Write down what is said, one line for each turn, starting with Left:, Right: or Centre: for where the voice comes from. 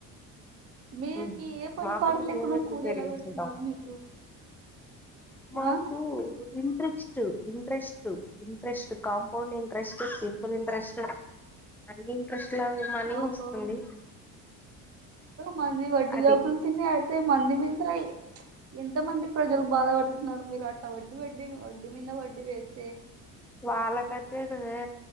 Right: మీకి
Centre: హు
Right: ఏ పని
Centre: మా
Right: పాట
Centre: పుడ్
Right: లేకుండా
Centre: మేమే ప్రిపేర్
Right: కూడి ఎలా
Centre: చేసుకుంటాం
Right: పెడుతున్నారు మీకు
Centre: మాకు
Right: ఆ
Centre: interest interest interest interest compound interest simple interest అన్ని ఇంట్రెస్ట్ ఎలా మనీ
Right: ఓహో
Centre: వస్తుంది
Right: మనీ వడ్డీ
Centre: అది
Right: అబ్బులు తినే అంతే మంది మీద ఎంత మంది ప్రజలు బాధపడుతున్నారు మీరు అట్ట వడ్డీ వడ్డీ వడ్డీ మీద వడ్డీ వేస్తే
Centre: వాళ్ళకంటే నువ్వే